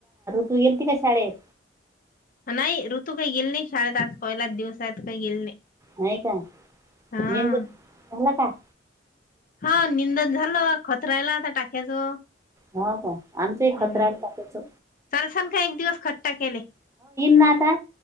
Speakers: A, on the right; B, on the left.
A: तू गेलती का शाळेत
B: नाही ऋतू काही गेले नाही शाळेत आज पहिलाच दिवस काही गेल नाही
A: नाहीय का
B: हा
A: <unintelligible> झाला का
B: हा निंदन झालं खत रायला आता टाक्याचं
A: हो आमचाही
B: हम्म
A: खत राहील टाकायचं
B: चालसान एक दिवस खत टाक्याले
A: ना आता